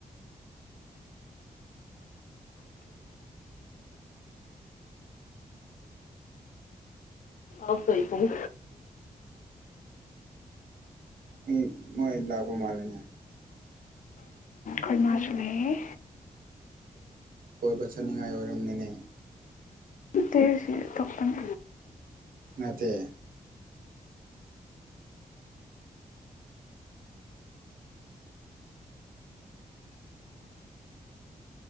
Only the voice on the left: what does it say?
ꯑ ꯀ ꯏꯀ <unintelligible>
ꯑꯩꯃꯁꯨ ꯂꯩꯌꯦ
ꯇꯣꯇꯤ ꯏꯁꯤ ꯇꯄꯅꯤ